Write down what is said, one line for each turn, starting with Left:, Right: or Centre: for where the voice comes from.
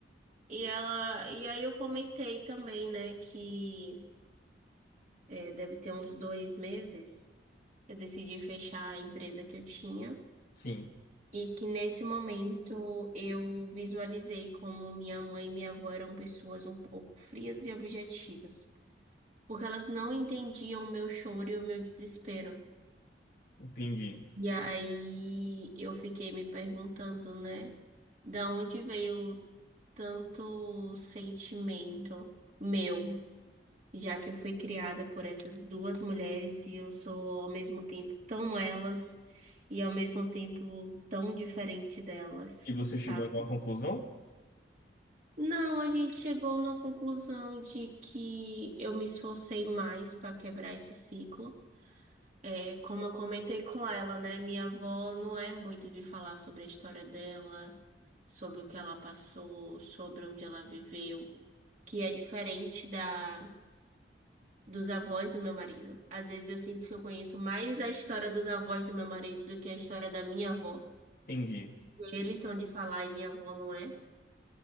Right: e ela, e aí eu comentei também, né, que é, deve ter uns dois meses, eu decidi fechar a empresa que eu tinha
Left: Sim,
Right: e que nesse momento eu visualizei como minha mãe e minha avó eram pessoas um pouco frias e objetivas, porque elas não entendiam o meu choro e o meu desespero.
Left: entendi.
Right: E aí eu fiquei me perguntando, né? Da onde veio tanto sentimento meu, já que eu fui criada por essas duas mulheres e eu sou ao mesmo tempo tão elas e ao mesmo tempo tão diferente delas,
Left: E você
Right: sabe?
Left: chegou a alguma conclusão?
Right: Não, a gente chegou na conclusão de que eu me esforcei mais para quebrar esse ciclo. É, como eu comentei com ela, né? Minha avó não é muito de falar sobre a história dela, sobre o que ela passou, sobre onde ela viveu, que é diferente da dos avós do meu marido. Às vezes eu sinto que eu conheço mais a história dos avós do meu marido do que a história da minha avó.
Left: Entendi.
Right: Eles são de falar e minha avó não é.